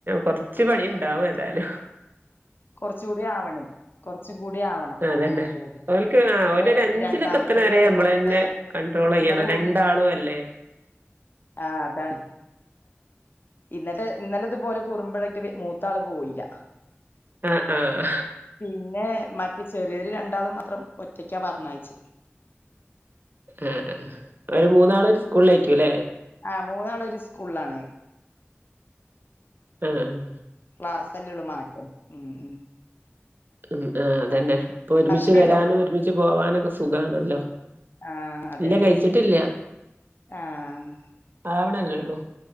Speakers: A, on the right (about 50°); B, on the left (about 50°).
A: കൊറച്ച് പണി ഇണ്ടാവും ഏതാലും
B: കൊറച്ചൂടി ആവണേ കൊറച്ചും കൂടി ആവണം
A: അതന്നെ
B: ആഹ് അതെ അതെ
A: ഓൽക്ക് ആ
B: ഇവിടെ
A: ഓലൊരു അഞ്ചിലൊക്കെ
B: രണ്ടാമത്തോൻ
A: എത്തണ വരെ
B: അതുപോലെന്നെ
A: നമ്മളന്നെ കൺട്രോളെയ്യണം
B: ഇന്നലെ
A: രണ്ടാളു അല്ലേ
B: ആഹ് അതാണ് ഇന്നത്തെ ഇന്നലെ ഇതുപോലെ കുറുമ്പെളെകീറ്റ് മൂത്താള് പോയീല്ലാ
A: ആഹ് ആഹ്
B: പിന്നെ മറ്റേ ചെറിയോര് രണ്ടാളും മാത്രം ഒറ്റക്കാ പറഞ്ഞയച്ച്
A: ആഹ് അവര് മൂന്നാളും ഒരു സ്കൂളിലായിക്കൂല്ലേ
B: ആഹ് മൂന്നാളു ഒരു സ്കൂളിലാണ്
A: ആഹ് ആഹ്
B: ക്ലാസ്സല്ലേ ഉള്ളൂ മാറ്റം ഉം ഉം
A: ഉം ആഹ് അതന്നെ ഇപ്പൊ ഒരുമിച്ച്
B: ഭക്ഷണം കഴിച്ചോ
A: വരാനും ഒരുമിച്ച് പോവാനൊക്കെ സുഖാണല്ലോ
B: ആഹ് അതെ
A: ഇല്ല
B: അതെ
A: കഴിച്ചിട്ടില്ല
B: ആഹ്
A: ആവണല്ലേള്ളൂ